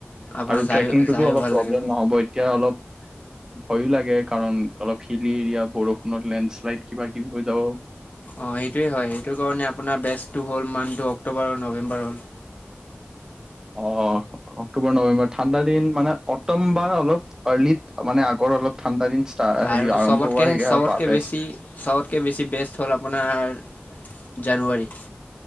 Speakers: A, on the left; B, on the right.
A: আপোনাৰ
B: আৰু
A: যায়ো
B: ট্ৰেকিংটোতো
A: যায়ো
B: অলপ
A: ভাল
B: প্ৰব্লেম
A: লাগিব
B: নহ'ব এতিয়া অলপ ভয়ো লাগে কাৰণ অলপ হিলি এৰিয়া বৰষুণত লেণ্ডশ্লাইড কিবা কিবি হৈ যাব।
A: অঁ সেইটোৱেই হয় সেইটো কাৰণে আপোনাৰ বেষ্টটো হ'ল মান্থটো অক্টোবৰ আৰু নৱেম্বৰ হ'ল।
B: অ অক্টোবৰ নৱেম্বৰ ঠাণ্ডা দিন মানে অ। টম বা অলপ আৰ্লিত মানে আগত অলপ ঠাণ্ডা দিন ষ্টা হেৰি
A: আৰু
B: আৰম্ভ
A: চবতকে
B: হোৱা
A: চবতকে
B: বা বেষ্ট
A: বেছি চবতকে বেছি বেষ্ট হ'ল আপোনাৰ জানুৱাৰী